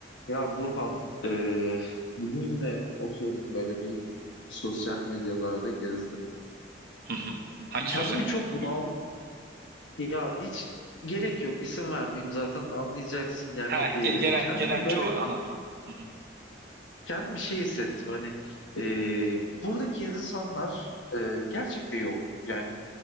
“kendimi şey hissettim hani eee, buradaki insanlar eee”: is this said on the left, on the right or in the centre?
Left